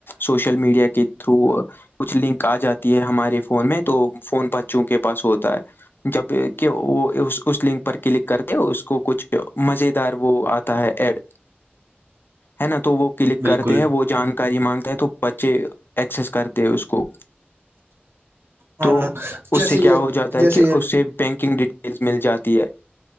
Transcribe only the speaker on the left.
سوشل میڈیا کے تھرو کچھ لنک آ جاتا یہ ہمارے فون میں تو فون بچوں کے پاس ہوتا ہے جب کہ وہ اس اس لنک پر کلک کر کے اس کو کچھ مزے دار وہ آتا ہے ایڈ ہے نا تو وہ کلک
کرتے ہیں وہ جانکاری مانگتا ہے تو بچے ایکسس کرتے ہیں اس کو
تو اس
سے کیا
ہو جاتا
ہے کہ
اسے بینکنگ ڈیٹ مل جاتی ہے